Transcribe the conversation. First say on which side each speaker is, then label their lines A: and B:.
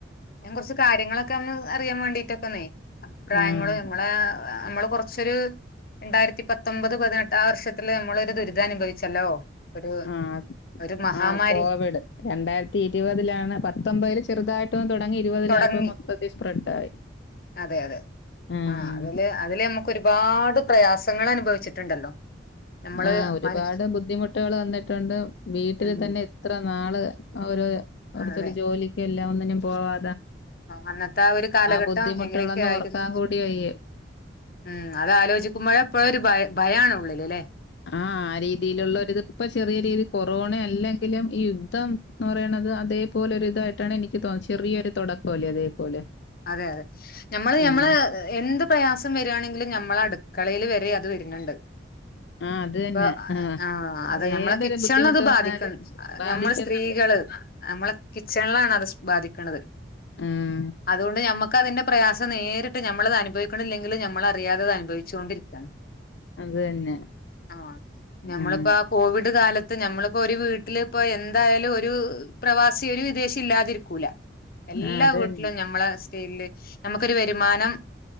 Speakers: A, on the left (about 50°); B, on the left (about 65°).
A: ഞാൻ കൊറച്ച് കാര്യങ്ങളൊക്കോന്ന് അറിയാൻ വേണ്ടീട്ടൊക്കെന്നേ അഭിപ്രായങ്ങള്
B: ആഹ്
A: നമ്മളെ നമ്മള് കൊറച്ചൊരു രണ്ടായിരത്തി പത്തൊമ്പത് പതിനെട്ട് ആ വർഷത്തില് നമ്മളൊരു ദുരിതം അനുഭവിച്ചല്ലോ ഒരു
B: ആ
A: ഒരു മഹാമാരി
B: ആ കോവിഡ് രണ്ടായിരത്തി ഇരുപതിലാണ് പത്തൊമ്പേല് ചെറുതായിട്ടൊ തോടങ്ങി ഇരുപതിലായപ്പോ
A: തുടങ്ങി
B: മൊത്തത്തി സ്പ്രെഡായി
A: അതെ അതെ
B: ഉം
A: ആഹ് അതില് അതില് നമുക്ക് ഒരുപാട് പ്രയാസങ്ങൾ അനുഭവിച്ചിട്ടുണ്ടല്ലോ നമ്മള്
B: ആഹ ഒരുപാട്
A: മന
B: ബുദ്ധിമുട്ടുകൾ വന്നിട്ടുണ്ട് വീട്ടില്
A: ഉം
B: തന്നെ ഇത്ര നാള് അവര ഓരോത്തരു
A: അതെ
B: ജോലികെല്ലാം ഒ അനു പോവാ
A: അന്നത്തെ ആ ഒരു കാലഘട്ടം
B: ബുദ്ധിമുട്ടുകളൊന്നും
A: എങ്ങനെയൊക്കെ ആയിരുന്നു
B: ഓർക്കാൻ കൂടി വയ്യ
A: ഉം അതലോചിക്കുമ്പോഴ എപ്പോഴ ഒരുഭയ ഭയാണ് ഉള്ളിലേ അല്ലേ
B: ആ ആ രീതിയിലുള്ളപ്പ ചെറിയ രീതി കൊറോണ അല്ലെങ്കിലും ഈ യുദ്ധം എന്ന് പറയണുന്നത് അതേപോലെ ഒരുരിതായിട്ടാണ് എനിക്ക് തോന്ന ചെറിയൊരു തുടക്കമല്ലേ അതേപോലെ
A: അതെ അതെ ഞമ്മള്
B: ആഹ്
A: ഞമ്മള് എന്ത് പ്രയാസം വ -യാണെങ്കിൽ നമ്മെ അടുക്കളയിൽ വരെ അത് വരുന്നുണ്ട്
B: ആഹ് അത് തന്നെ
A: ഇപ്പൊ
B: ആഹ്
A: ആഹ അത ഞമ്മളെ
B: ഏതൊരു
A: കിച്ചണില
B: ബുദ്ധിമുട്ട്
A: അത്
B: വന്നാല്
A: ബാധിക്കുന്നു
B: ബാധിക്കുന്നുണ്ട്
A: ഞമ്മള് സ്ത്രീകള് നമ്മളെ കിച്ചണിലാണ് അത് ബാധിക്കണത്
B: മും
A: അതുകൊണ്ട് നമ്മുക്ക് അതിന്റെ പ്രയാസം നേരിട്ട് നമ്മളത് അനുഭവിക്കണില്ലങ്കും നമ്മള അറിയാതത് അനുഭവിച്ചുകൊണ്ടിരിക്കയാണ്
B: അത് തന്നെ
A: ആ ഞമ്മളിപ്പോ
B: ആഹ്
A: ആ കോവിഡ് കാലത്ത് നമ്മളിപ്പോ ഒരു വീട്ടില ഇപ്പ എന്തായാലും ഒരു പ്രവാസി ഒരു വിദേശി ഇല്ലാതിരിക്കൂല എല്ലാം
B: ആഹ് അത്
A: കൂട്ട
B: തന്നെ
A: ല്ല ഞമ്മള ല്ലേ നമുക്കരു വരുമാനം